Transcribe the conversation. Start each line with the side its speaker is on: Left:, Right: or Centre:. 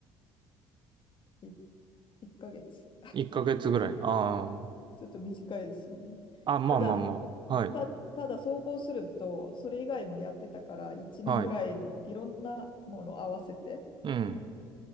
Left: 1 <laughs> ヶ月
Right: 1ヶ月ぐらい。あ
Left: ちょっと短いですよね
Right: あ。あ、まあまあまあ。
Left: ただ
Right: はい。
Left: た、ただ総合すると、それ以外もやってたから、1年ぐらいのいろんなものを合わせて
Right: はい。うん。